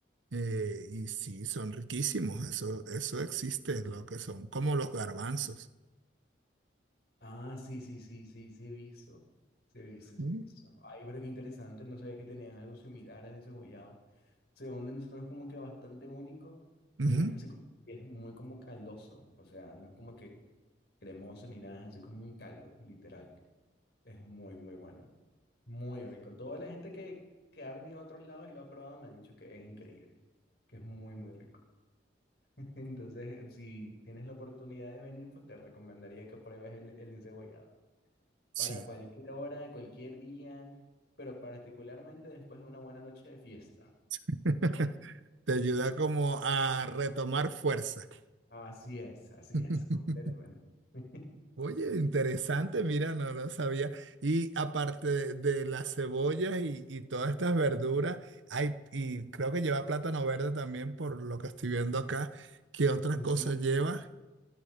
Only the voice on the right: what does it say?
eh, y sí, son riquísimos, eso, eso existe, lo que son como los garbanzos.
Ujú.
Ujú.
Sí,
<laughs> te ayuda como a retomar fuerza.
<laughs>
Oye, interesante, mira, no lo sabía. Y aparte de, de las cebollas y, y todas estas verduras, hay, y creo que lleva plátano verde también, por lo que estoy viendo acá. ¿Qué otras cosas
lleva?